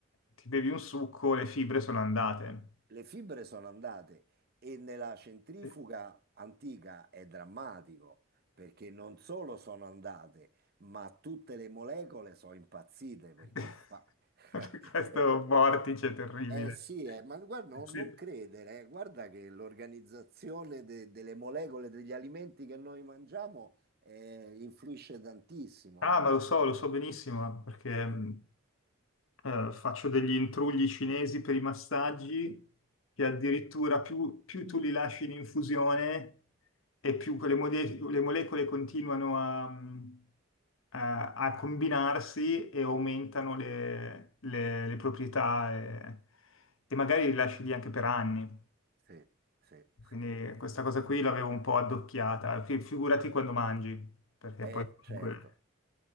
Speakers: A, on the left; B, on the right.
A: ti bevi un succo, le fibre sono andate.
B: Le fibre sono andate e nella centrifuga
A: Sì.
B: antica è drammatico perché non solo sono andate, ma tutte le molecole sono impazzite perché
A: <laughs>
B: fa... <laughs>
A: Questo vortice terribile.
B: Eh sì, eh, ma guarda, no-
A: Sì.
B: non credere, eh. Guarda che l'organizzazione de- delle molecole degli alimenti che noi mangiamo eh, influisce tantissimo,
A: Ah,
B: eh.
A: ma lo so, lo so benissimo, perché mh, eh, faccio degli intrugli cinesi per i massaggi, che addirittura più, più tu li lasci in infusione e più quelle mode- le molecole continuano a, mh, a- a combinarsi e aumentano le, le- le proprietà e, e magari li lasci lì anche per anni.
B: Sì, sì, sì,
A: Quindi questa cosa qui l'avevo un po' addocchiata, Fi- figurati quando mangi, perché
B: eh,
A: poi comunque...
B: certo.